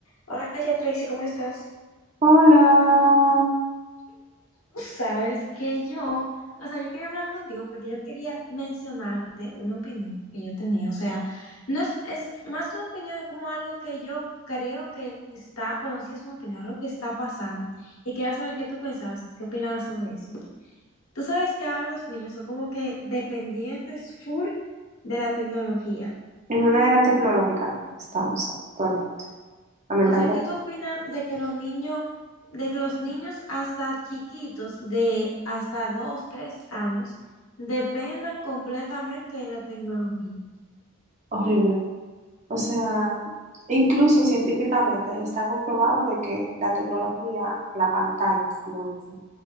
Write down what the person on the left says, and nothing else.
Hola, Jeffrey, ¿cómo estás?
Tú sabes que yo, o sea, yo quería hablar contigo porque yo quería mencionarte una opinión que yo tenía, o sea, no es, es más que una opinión, es como algo que yo creo que está, bueno, sí es una opinión, algo que está pasando y quería saber qué tú pensabas, qué opinabas sobre eso. Tú sabes que ahora los niños son como que dependientes full de la tecnología.
O sea, ¿qué tú opinas de que los niños, de que los niños hasta chiquitos, de hasta dos, tres años, dependan completamente de la tecnología?